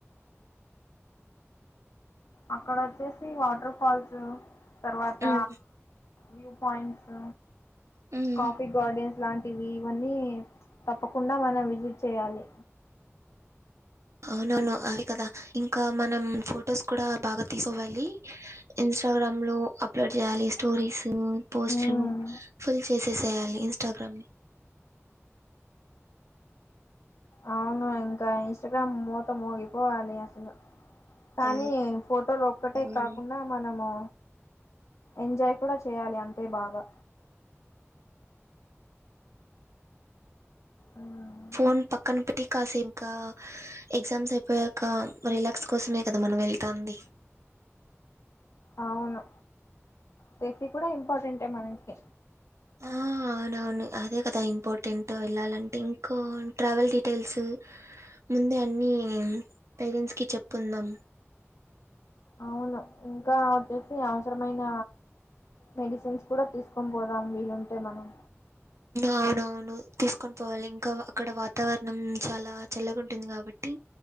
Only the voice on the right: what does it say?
హ్మ్.
హ్మ్.
అవునవును అవి కదా ఇంకా మనం ఫొటోస్ కూడా బాగా తీసుకోవాలి ఇన్స్టాగ్రామ్ లో అప్లోడ్ చేయాలి స్టోరీస్ పోస్ట్లు
ఫుల్ చేసేసేయాలి ఇన్స్టా గ్రమ్
ఆ
అవును
ఫోన్ పక్కన పెట్టి కాసేమ్కా ఎగ్జామ్స్ అయిపోయాక రిలాక్స్ కోసమే కదమ్ మన వెళ్తంది
ఆ అవునవును అదే కదా ఇంపార్టెంట్ వెళ్ళాలంటే ఇంకా ట్రావెల్ డీటెల్స్ ముందే అన్ని పేరెంట్స్ కి చెప్పుకుందాం
అవునవును తీసుకొని పోవాలి ఇంకా అక్కడ వాతావరణం చాలా చల్లగాంటుంది కాబట్టి